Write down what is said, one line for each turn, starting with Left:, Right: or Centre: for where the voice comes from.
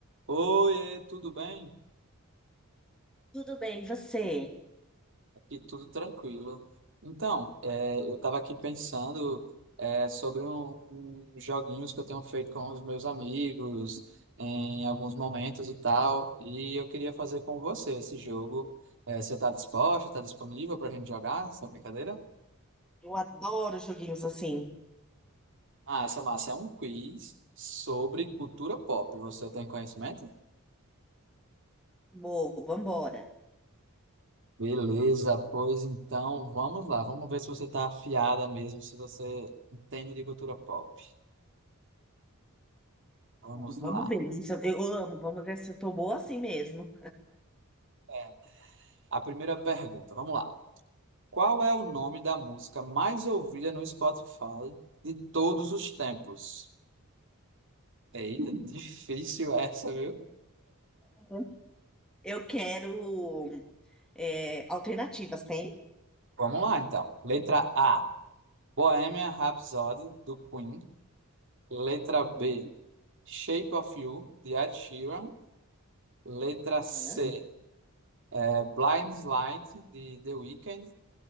Right: Oi, tudo bem?
Centre: Tudo bem, e você?
Right: Aqui tudo tranquilo. Então, é, eu estava aqui pensando é, sobre um, um joguinhos que eu tenho feito com os meus amigos em alguns momentos e tal, e eu queria fazer com você esse jogo. É, você está disposta? Está disponível para a gente jogar essa brincadeira?
Centre: Eu adoro joguinhos assim.
Right: Ah, essa massa é um quiz sobre cultura pop. Você tem conhecimento?
Centre: Boa, vambora.
Right: Beleza, pois então vamos lá, vamos ver se você está afiada mesmo, se você entende de cultura pop. Vamos
Centre: Bora, Vamos
Right: lá.
Centre: ver, né? se Eu, eu amo, vamos ver se eu tô boa assim mesmo.
Right: É, a primeira pergunta, vamos lá. Qual é o nome da música mais ouvida no Spotify de todos os tempos? Eita, difícil essa, viu?
Centre: Uhum. Eu quero é, alternativas, tem?
Right: Vamos lá então. Letra A, Bohemian Rhapsody, do Queen. Letra B,
Centre: Uhum,
Right: Shape of You, de Ed Sheeran. Letra
Centre: uhum.
Right: C, é Blind Light, de The Weeknd.